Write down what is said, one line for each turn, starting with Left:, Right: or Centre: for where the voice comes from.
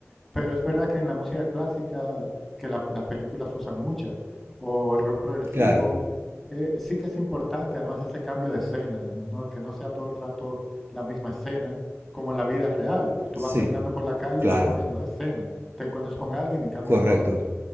Centre: pero es verdad que en la música clásica, que la- las películas usan muchas, o el rock progresivo,
Right: claro,
Centre: eh, sí que es importante además ese cambio de escena, ¿no? No- que no sea todo el rato la misma escena, como en la vida real. Tú
Right: sí,
Centre: vas caminando por la calle
Right: claro,
Centre: y vas cambiando de escena, te encuentras con alguien y cambia
Right: correcto.
Centre: todo.